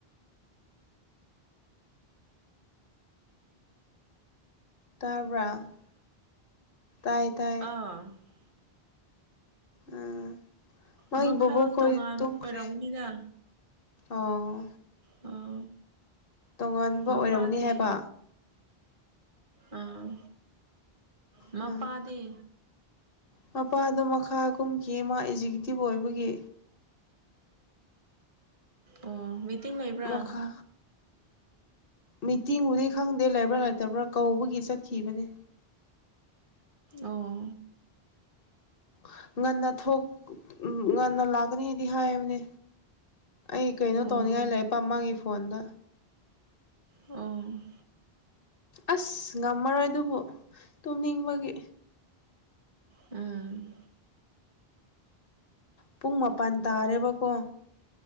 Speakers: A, on the left; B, on the right.
A: ꯇꯥꯕ꯭ꯔꯥ ꯇꯥꯏ ꯇꯥꯏ
B: ꯑꯥ <unintelligible>
A: ꯎꯝ ꯃꯥꯒꯤ
B: ꯃꯈꯜ
A: ꯕꯣꯕꯣꯛ ꯈꯣꯏ
B: ꯇꯣꯉꯥꯟꯕ
A: ꯇꯨꯝꯈ꯭ꯔꯦ
B: ꯑꯣꯏꯔꯝꯒꯅꯤꯗ
A: ꯑꯣ
B: ꯑꯥ
A: ꯇꯣꯉꯥꯟꯕ
B: ꯃꯄꯥꯗꯤ
A: ꯑꯣꯏꯔꯝꯒꯅꯤ ꯍꯥꯏꯕ
B: ꯑꯥ ꯃꯄꯥꯗꯤ
A: ꯎꯝ ꯃꯄꯥꯗꯣ ꯃꯈꯥ ꯀꯨꯝꯈꯤꯌ‌ꯦ ꯃꯥ ꯑꯦꯛꯖꯤꯀ꯭ꯌꯨꯇꯤꯕ ꯑꯣꯏꯕꯒꯤ
B: ꯑꯣ ꯃꯤꯇꯤꯡ ꯂꯩꯕ꯭ꯔꯥ
A: ꯃꯈꯥ ꯃꯤꯇꯤꯡꯕꯨꯗꯤ ꯈꯪꯗꯦ ꯂꯩꯕ꯭ꯔꯥ ꯂꯩꯇꯕ꯭ꯔꯥ ꯀꯧꯕꯒꯤ ꯆꯠꯈꯤꯕꯅꯦ
B: ꯑꯣ
A: ꯎꯝ <unintelligible> ꯉꯟꯅꯥ ꯊꯣꯛ ꯎꯝ ꯉꯟꯅꯥ ꯂꯥꯛꯒꯅꯤꯗꯤ ꯍꯥꯌꯦꯅꯦ ꯑꯩ ꯀꯩꯅꯣ
B: ꯑꯣ
A: ꯇꯧꯅꯤꯡꯉꯥꯏ ꯂꯩꯔꯛꯄ ꯃꯥꯒꯤ ꯐꯣꯟꯗ
B: ꯎꯝ
A: ꯑꯁ ꯉꯝꯃꯔꯣꯏ ꯑꯗꯨꯕꯨ ꯇꯨꯝꯅꯤꯡꯕꯒꯤ
B: ꯎꯝ
A: ꯄꯨꯡ ꯃꯥꯄꯜ ꯇꯥꯔꯦꯕꯀꯣ